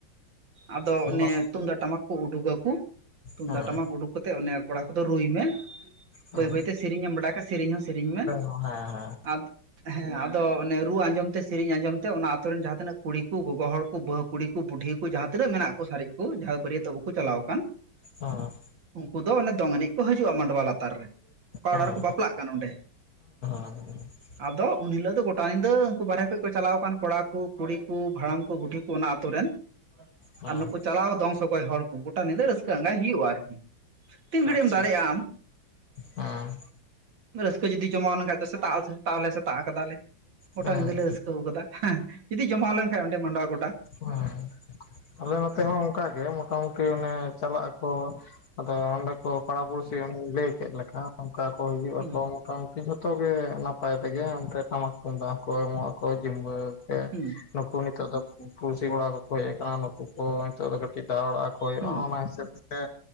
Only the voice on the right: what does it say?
ᱟᱫᱚ
ᱚᱱᱮ ᱛᱩᱢᱫᱟᱜ ᱴᱟᱢᱟᱠ ᱠᱚ ᱩᱰᱩᱜᱟᱠᱚ ᱛᱩᱢᱫᱟᱜ
ᱴᱟᱢᱟᱠ ᱩᱰᱩᱠ ᱠᱟᱛᱮᱜ ᱚᱱᱮ ᱠᱚᱲᱟ ᱠᱚᱫᱚ ᱨᱩᱭ ᱢᱮ᱾
ᱵᱟᱹᱭ ᱵᱟᱹᱭᱛᱮ ᱥᱮᱨᱮᱧᱮᱢ ᱵᱟᱲᱟᱭ ᱠᱷᱟᱡ ᱥᱮᱨᱮᱧ ᱦᱚᱸ ᱥᱮᱨᱮᱧ ᱢᱮ᱾
ᱟᱫ ᱦᱮᱸ ᱟᱫᱚ ᱚᱱᱮ ᱨᱩ ᱟᱸᱡᱚᱢ ᱛᱮ, ᱥᱮᱨᱮᱧ ᱟᱸᱡᱚᱢ ᱛᱮ ᱚᱱᱟ ᱟᱛᱳ ᱨᱮᱱ ᱡᱟᱦᱟᱸ ᱛᱤᱱᱟᱹᱜ ᱠᱩᱲᱤ ᱠᱚ ᱜᱚᱜᱚ ᱦᱚᱲ ᱠᱚ ᱵᱟᱹᱦᱩ ᱠᱩᱲᱤ ᱠᱚ ᱵᱩᱰᱷᱤ ᱠᱚ ᱡᱟᱦᱟᱸ ᱛᱤᱱᱟᱹᱜ ᱢᱮᱱᱟᱜ ᱠᱚ ᱥᱟᱨᱮᱡ ᱠᱚ ᱡᱟᱦᱟᱸ ᱵᱟᱹᱨᱤᱭᱟᱹᱛᱚᱜ ᱵᱟᱠᱚ ᱪᱟᱞᱟᱣ ᱠᱟᱱ᱾
ᱩᱱᱠᱩ ᱫᱚ ᱚᱱᱮ ᱫᱚᱝ ᱮᱱᱮᱡ ᱠᱚ ᱦᱟᱹᱡᱩᱜᱼᱟ ᱢᱟᱰᱚᱣᱟ ᱞᱟᱛᱟᱨ ᱨᱮ, ᱚᱠᱟ ᱚᱲᱟᱜ
ᱨᱮ ᱵᱟᱯᱞᱟᱜ ᱠᱟᱱ ᱚᱸᱰᱮ ᱾
ᱟᱫᱚ ᱩᱱ ᱦᱤᱞᱟᱹᱜ ᱫᱚ ᱜᱚᱴᱟ ᱧᱤᱫᱟᱹ ᱩᱱᱠᱩ ᱵᱟᱨᱦᱮ ᱠᱷᱟᱡ ᱠᱚ ᱪᱟᱞᱟᱣ ᱠᱟᱱ ᱠᱚᱲᱟ ᱠᱚ ᱠᱩᱲᱤ ᱠᱚ ᱦᱟᱲᱟᱢ ᱠᱚ ᱵᱩᱰᱷᱤ ᱠᱚ ᱚᱱᱟ ᱟᱛᱳ ᱨᱮᱱ
ᱟᱨ ᱱᱩᱠᱩ ᱪᱟᱞᱟᱣ ᱫᱚᱝ ᱥᱚᱜᱚᱭ ᱦᱚᱲ ᱠᱚ ᱜᱚᱴᱟ ᱧᱤᱫᱟᱹ ᱨᱟᱹᱥᱠᱟᱹ ᱟᱸᱜᱟᱭ ᱦᱩᱭᱩᱜᱼᱟ ᱟᱨᱠᱤ᱾ ᱛᱤᱱ ᱜᱷᱟᱹᱲᱤᱡ
ᱮᱢ ᱫᱟᱲᱮᱜ-ᱟ ᱟᱢ᱾
ᱨᱟᱹᱥᱠᱟᱹ ᱡᱩᱫᱤ ᱡᱚᱢᱟᱣ ᱞᱮᱱᱠᱷᱟᱡ ᱫᱚ ᱥᱮᱛᱟᱜ ᱦᱚ ᱥᱮᱛᱟᱜ ᱦᱚᱞᱮ ᱥᱮᱛᱟᱜ ᱟᱠᱟᱫᱟᱞᱮ᱾ ᱜᱚᱴᱟ
ᱧᱤᱫᱟᱹ ᱞᱮ ᱨᱟᱹᱥᱠᱟᱹᱣ ᱠᱟᱫᱟ ᱦᱮᱸ ᱡᱩᱫᱤ ᱡᱚᱢᱟᱣ ᱞᱮᱱ ᱠᱷᱟᱱᱡ ᱚᱸᱰᱮ ᱢᱟᱰᱚᱣᱟ ᱜᱚᱰᱟ᱾
ᱦᱩᱸ
ᱦᱩᱸ
ᱦᱩᱸ